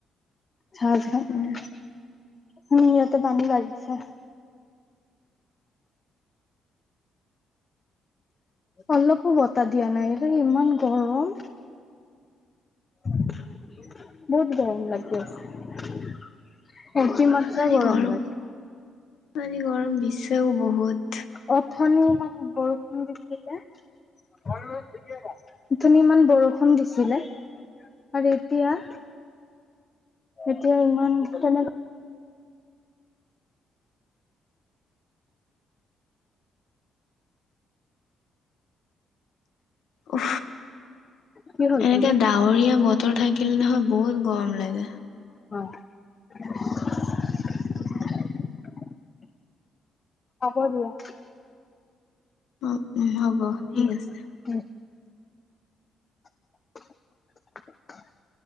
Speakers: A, on the left; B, on the left.
A: ঝাজ ঘাট
B: উম,
A: সহতে পানী লাগিছে অলপো বতাহ দিয়া নাইৰে ইমান গৰম বহুত গৰম লাগি আছে অতি মাত্ৰা
B: আজি গৰম
A: লাগে
B: আজি গৰম দিছেও বহুত
A: অথনি মান বৰষুণ দি ধুনী ইমান বৰষুণ দিছিলে আৰু এতিয়া এতিয়া ইমান কেনেক
B: উ
A: কি হ'ল
B: এনেকে
A: তোমাৰ?
B: ডাৱৰীয়া বতৰ থাকিলে নহয় বহুত কম লাগ
A: <inaudible> হ'ব দিয়া
B: উ উম হ'ব ঠিক
A: উম,
B: আছে
A: উম। <inaudible>